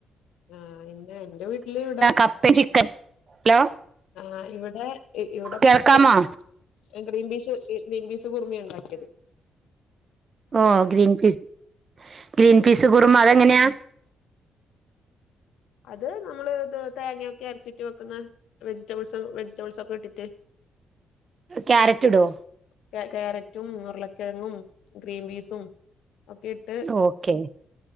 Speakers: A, on the left; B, on the right.
A: ആ പിന്നെ എന്റെ വീട്ടില്‌ വ്ടാ
B: കപ്പയും ചിക്കൻ ഹലോ
A: ആ ഇവിടെ ഇവിടെ
B: കേൾക്കാമോ
A: പുട്ടും ഗ്രീൻ പീസ് ഗ്രി ഗ്രീൻ പീസ് കുർമിയാ ഉണ്ടാക്യേത്
B: ഓ green peas green peas kurma അതെങ്ങെന്യാ
A: അത് നമ്മള് ത് തേങ്ങ്യൊക്കെ രച്ചിട്ട് വെക്കുന്ന വെജിറ്റബിൾസ് വെിറ്റബിൾസ് ഒക്കെട്ടിട്ട്
B: ക്യാരറ്റ് ടോ
A: ക്യ ക്യാരറ്റും ഉരുളക്കെഴങ്ങും ഗ്രീൻ പീസും ഒക്കെട്ട്
B: ഓക്കെ